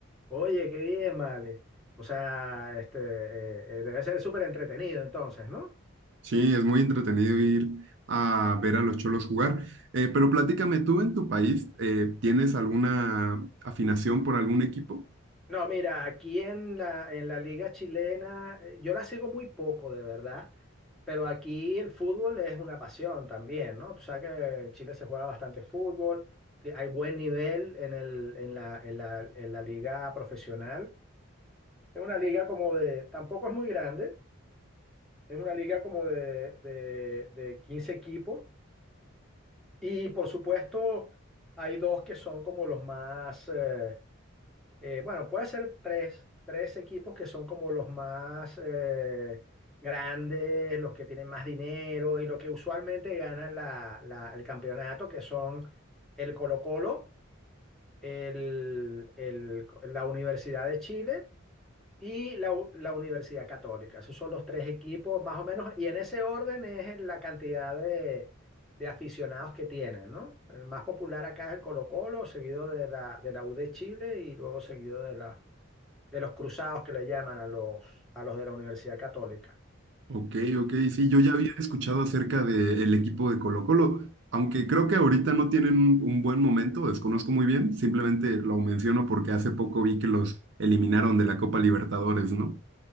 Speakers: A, in the centre; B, on the right.
A: Oye, qué bien, vale. O sea, este, eh, eh, debe ser súper entretenido entonces, ¿no?
B: Sí, es muy entretenido ir a ver a los Cholos jugar. Eh, pero platícame, ¿tú en tu país eh, tienes alguna afinación por algún equipo?
A: No, mira, aquí en la, en la liga chilena, eh, yo la sigo muy poco, de verdad, pero aquí el fútbol es una pasión también, ¿no? Tú sabes que en Chile se juega bastante fútbol, que hay buen nivel en el, en la, en la, en la liga profesional. Es una liga como de, tampoco es muy grande, es una liga como de, de, de 15 equipos Y por supuesto, hay dos que son como los más, eh, eh, bueno, puede ser tres, tres equipos que son como los más eh, grandes, los que tienen más dinero y lo que usualmente ganan la- la- el campeonato, que son el Colo-Colo, el- el- la Universidad de Chile y la, U- la Universidad Católica. Esos son los tres equipos más o menos, y en ese orden es en la cantidad de, de aficionados que tienen, ¿no? El más popular acá es el Colo-Colo, seguido de la, de la U de Chile y luego seguido de, la, de los Cruzados que le llaman a los, a los de la Universidad Católica.
B: Ok, ok, sí, yo ya había escuchado acerca del equipo de Colo-Colo, aunque creo que ahorita no tienen un, un buen momento, desconozco muy bien, simplemente lo menciono porque hace poco vi que los eliminaron de la Copa Libertadores, ¿no?